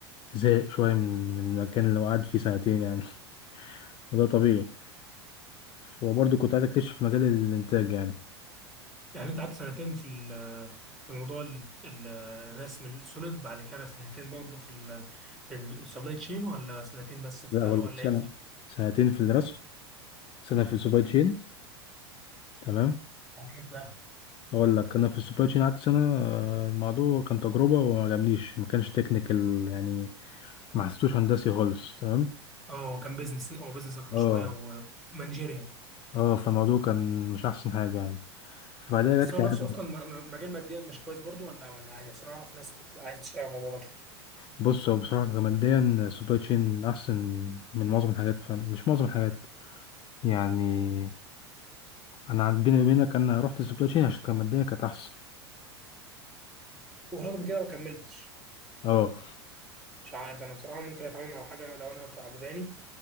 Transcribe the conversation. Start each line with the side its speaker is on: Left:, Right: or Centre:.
Left: زهق شوية من من المكان اللي هو قعد فيه سنتين يعني <laughs> وده طبيعي وبرضو كنت عايز أكتشف مجال الإنتاج يعني
Centre: يعني انت قعدت سنتين في ال- في موضوع ال- ال- الرسم السوليد بعد كده سنتين برضه في ال في السبلاي تشين ولا سنتين بس في
Left: لا
Centre: ده
Left: ولا
Centre: ولا
Left: سنة
Centre: ايه بالظبط؟
Left: سنتين في الرسم سنة في السوبر تشين تمام
Centre: بعدين بقى
Left: هقول لك أنا في السوبر تشين قعدت سنة آه، الموضوع كان تجربة وما عجبنيش ما كانش تكنيكال يعني ما حسيتوش هندسي خالص تمام
Centre: اه هو كان بيزنس هو بيزنس اكتر
Left: اه
Centre: شويه ومانجيريال
Left: اه فالموضوع كان مش أحسن حاجة يعني فبعدها
Centre: بس
Left: جات
Centre: هو
Left: لي
Centre: نفسه
Left: عزة.
Centre: اصلا م- <laughs> م- مجال ماديا مش كويس برضه ولا ولا عادي عشان اعرف ناس بتبقى عايزه تشتغل مع بعضها كتير
Left: بص هو بصراحة كماديا السوبر تشين أحسن من معظم الحاجات فن... مش معظم الحاجات يعني أنا عن- بيني وبينك أنا رحت السوبر تشين عشان كماديا كانت أحسن
Centre: ورغم كده ما كملتش
Left: اه
Centre: مش عارف انا بصراحه ممكن اتعامل مع حاجه لو انا عجباني